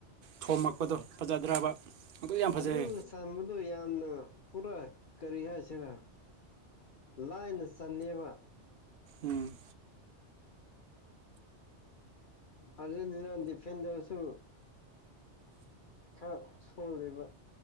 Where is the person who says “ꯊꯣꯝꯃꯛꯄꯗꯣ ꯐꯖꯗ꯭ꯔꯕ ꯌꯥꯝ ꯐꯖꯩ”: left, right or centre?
Right